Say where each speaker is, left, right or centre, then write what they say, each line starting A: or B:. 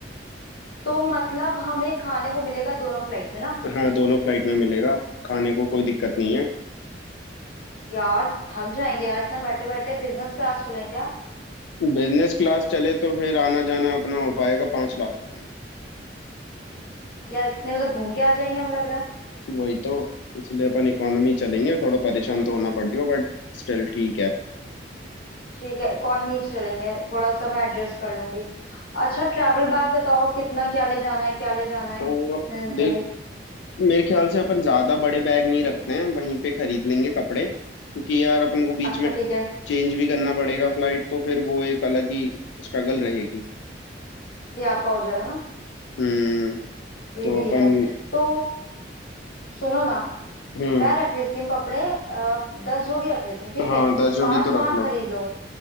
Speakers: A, on the left (about 55°); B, on the left (about 80°).
A: तो मतलब हमें खाने को मिलेगा दोनों फ्लाइट में ना
B: हाँ दोनों फ्लाइट में मिलेगा खाने को कोई दिक्कत नहीं है
A: यार थक जाएंगे यार इतना बैठे बैठे बिजनेस क्लास चलें क्या
B: बिजनेस क्लास चले तो फिर आना जाना अपना हो पाएगा पाँच लाख रुपए में
A: यार इतने में तो घूम के आ जाएंगे हमें लग रहा है
B: वही तो इसलिए अपन इकोनॉमी चलेंगे थोड़ा परेशान तो होना पड़ेगा बट स्टिल ठीक है
A: ठीक है इकॉनमी चलेंगे थोड़ा सा मैं एडजस्ट कर लूंगी अच्छा ट्रैवल बैग बताओ कितना क्या ले जाना है क्या ले जाना है
B: तो
A: इतने दिन के
B: देख
A: लिए
B: मेरे ख्याल से अपन ज्यादा बड़े बैग नहीं रखते हैं वहीं पे खरीद लेंगे कपड़े क्योंकि यार अपन को बीच
A: अच्छा
B: में
A: ठीक है
B: चेंज भी करना पड़ेगा फ्लाइट तो फिर वो एक अलग ही स्ट्रगल रहेगी
A: ये आपका हो जाएगा ना
B: हम्म
A: ये
B: तो
A: भी
B: अपन
A: है तो सुनो ना
B: हम्म
A: मैं रख लेती हूँ कपड़े आ, दस जोड़ी रख लेती हूँ ठीक
B: हाँ
A: है
B: दस जोड़ी
A: पांच
B: तो
A: वहां
B: रख लो
A: खरीद लूंगी